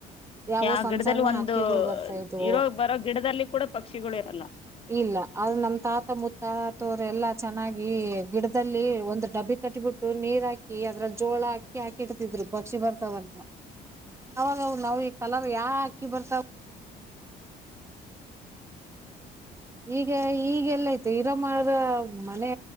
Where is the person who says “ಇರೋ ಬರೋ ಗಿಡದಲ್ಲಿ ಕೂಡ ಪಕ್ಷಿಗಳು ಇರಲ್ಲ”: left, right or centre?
Left